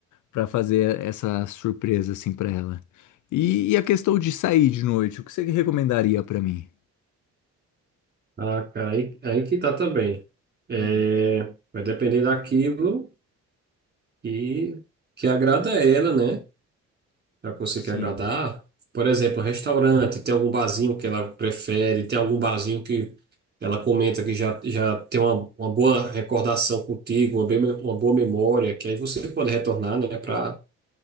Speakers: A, on the left; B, on the right.
A: pra fazer essa surpresa, assim, pra ela. E, e a questão de sair de noite, o que você recomendaria pra mim?
B: Ah, cara, aí, aí que tá também. É,
A: Hum,
B: vai depender daquilo. e que agrada a ela, né? Já que você
A: sim.
B: quer agradar. Por exemplo, restaurante, tem algum barzinho que ela prefere, tem algum barzinho que ela comenta que já, já tem uma, uma boa recordação contigo, uma, bem, uma boa memória, que aí você pode retornar, né, para